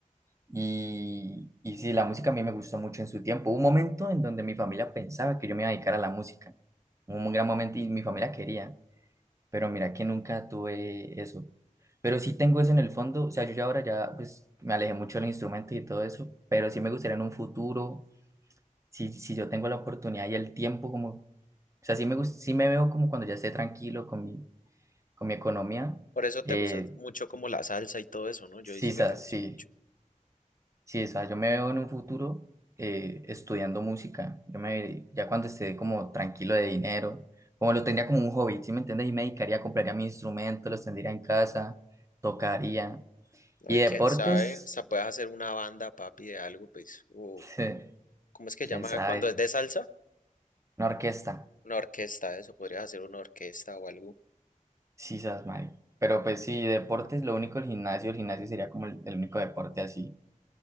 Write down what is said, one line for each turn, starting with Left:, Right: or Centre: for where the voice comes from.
Right: Y, y sí, la música a mí me gustó mucho en su tiempo. Hubo un momento en donde mi familia pensaba que yo me iba a dedicar a la música. Hubo un gran momento y mi familia quería. pero mira que nunca tuve eso. Pero sí tengo eso en el fondo, o sea, yo ya ahora ya pues me alejé mucho del instrumento y todo eso, pero sí me gustaría en un futuro, si, si yo tengo la oportunidad y el tiempo, como, o sea, sí me gus- sí me veo como cuando ya esté tranquilo con mi, con mi economía,
Left: Por eso te
Right: eh,
Left: gusta mucho como la salsa y todo eso, ¿no? Yo
Right: sí,
Left: he visto
Right: sa-
Left: que te gusta
Right: sí.
Left: mucho.
Right: Sí, o sea, yo me veo en un futuro eh, estudiando música. Yo me, ya cuando esté como tranquilo de dinero, como lo tendría como un hobby, ¿sí me entiendes? Y me dedicaría, compraría mi instrumento, los tendría en casa, tocaría.
Left: Ay,
Right: Y deportes,
Left: quién sabe, hasta puedes hacer una banda, papi, de algo, pues, o
Right: <laughs>
Left: ¿cómo es que
Right: quién
Left: llama
Right: sabe,
Left: cuando es de salsa?
Right: una orquesta,
Left: Una orquesta, eso, podrías hacer una orquesta o algo.
Right: sí, sabes, mal. Pero pues sí, deportes, lo único el gimnasio, el gimnasio sería como el, el único deporte así